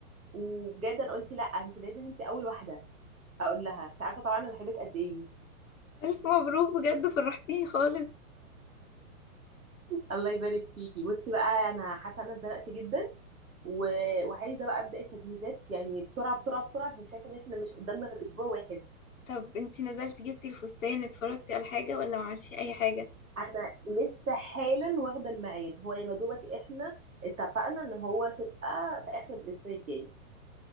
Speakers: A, in the centre; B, on the left.
A: وبجد انا قلت لا انت لازم انت اول واحده اقول لها انت عارفه طبعا انا بحبك قد ايه
B: الف مبروك بجد فرحتيني خالص
A: الله يبارك فيكي بصي بقى انا حاسه ان انا اتزنقت جدا و... وعايزه بقى ابدا التجهيزات يعني بسرعه بسرعه بسرعه عشان شايفه ان احنا مش قدامنا غير اسبوع واحد
B: طب انتي نزلتي جبتي الفستان اتفرجتي على حاجة ولا ما عملتي اي حاجة
A: انا لسه حالا واخده الميعاد هو يا مدوبك احنا اتفقنا ان هو تبقى في اخر الاسبوع الجاي